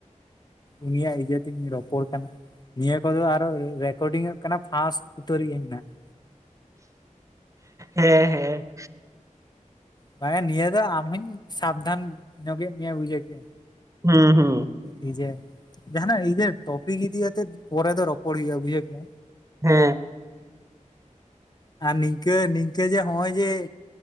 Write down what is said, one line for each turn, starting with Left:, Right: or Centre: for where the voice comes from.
Left: ᱩᱱᱤᱭᱟᱜ ᱤᱭᱟᱹ ᱛᱤᱧ ᱨᱚᱯᱚᱲ ᱠᱟᱱᱟ ᱾ ᱱᱤᱭᱟᱹ ᱠᱚᱫᱚ ᱟᱨ ᱨᱮᱠᱚᱨᱰᱤᱝᱚᱜ ᱠᱟᱱᱟ ᱯᱷᱟᱥ ᱩᱛᱟᱹᱨᱤᱡ ᱟᱹᱧ ᱱᱟᱜ ᱾
Right: ᱦᱮᱸ ᱦᱮᱸ ᱾
Left: ᱵᱟᱝᱭᱟ ᱱᱤᱭᱟᱹ ᱫᱚ ᱟᱢ ᱦᱚᱧ ᱥᱟᱵᱽᱫᱷᱟᱱ ᱧᱚᱜᱮᱫ ᱢᱮᱭᱟ ᱵᱩᱡᱷᱟᱹᱣ ᱠᱮᱜᱼᱟᱢ᱾
Right: ᱦᱩᱸ ᱦᱩᱸ᱾
Left: ᱮᱭ ᱡᱮ ᱡᱟᱸᱦᱟᱱᱟᱜ ᱤᱭᱟᱹ ᱴᱚᱯᱤᱠ ᱤᱫᱤ ᱠᱟᱛᱮᱫ ᱯᱚᱨᱮ ᱫᱚ ᱨᱚᱯᱚᱲ ᱦᱩᱭᱩᱜᱼᱟ ᱵᱩᱡᱷᱟᱹᱣ ᱠᱮᱜᱼᱟᱢ᱾
Right: ᱦᱮᱸ ᱾
Left: ᱟᱨ ᱱᱤᱝᱠᱟᱹ ᱱᱤᱝᱠᱟᱹ ᱡᱮ ᱱᱚᱜᱼᱚᱭ ᱡᱮ